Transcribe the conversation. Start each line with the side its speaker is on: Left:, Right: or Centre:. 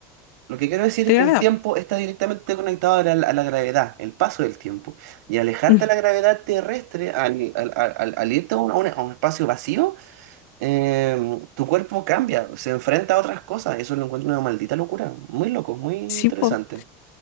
Right: Lo que quiero decir
Left: De
Right: es que
Left: gravedad,
Right: el tiempo
Left: po.
Right: está directamente conectado a la, a la gravedad, el paso del tiempo. Y alejarte
Left: <laughs>
Right: de la gravedad terrestre, al, al, al- al- al irte a un, a un- a un espacio vacío, em, tu cuerpo cambia, se enfrenta a otras cosas. Eso lo encuentro una maldita locura. Muy loco, muy
Left: Sí,
Right: interesante.
Left: po.